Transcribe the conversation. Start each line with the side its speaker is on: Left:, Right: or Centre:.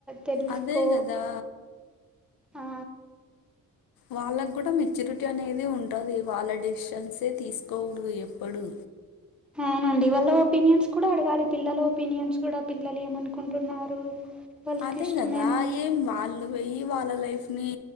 Centre: తెలుసుకో
Left: అదే కదా
Centre: ఆ
Left: వాళ్ళకు కూడా మెచ్యూరిటీ అనేది ఉంటాది, వాళ్ళ డిసిషన్సే తీసుకోరు ఎప్పుడు.
Centre: అవునండి వాళ్ళ ఒపీనియన్స్ కూడా అడగాలి పిల్లల ఒపీనియన్స్ కూడా పిల్లలు ఏమనుకుంటున్నారు. వాళ్ళకి
Left: అదే
Centre: ఇష్టమేనా
Left: గదా ఏం వాళ్ళు వొయ్యి వాళ్ళ లైఫ్ని